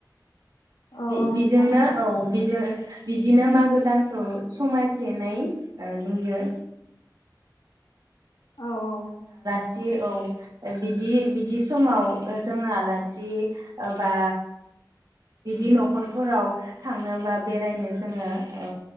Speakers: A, on the left; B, on the right.
A: औ
B: बे
A: औ
B: बिजोंनो
A: नोंथां
B: औ बिजों बिदिनो मागो दानखौ समायफ्लेनाय ओ नुयो।
A: औ औ
B: सि औ बिदि बिदि समाव ओ जोङो आलासि बा बिदि न'खरफोराव थांनो बा बेरायनो जोङो ओ